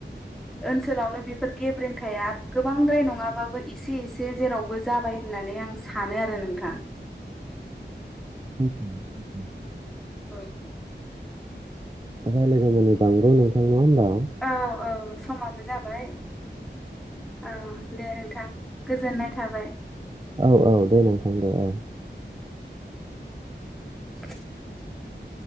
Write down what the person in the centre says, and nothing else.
ओनसोलावनो बेफोर गेब्रेंथाया गोबांद्राय नङाबाबो एसे एसे जेरावबो जाबाय होननानै आं सानो आरो नोंथां
औ
औ औ समाबो जाबाय औ दे नोंथां गोजोननाय थाबाय।
<inaudible>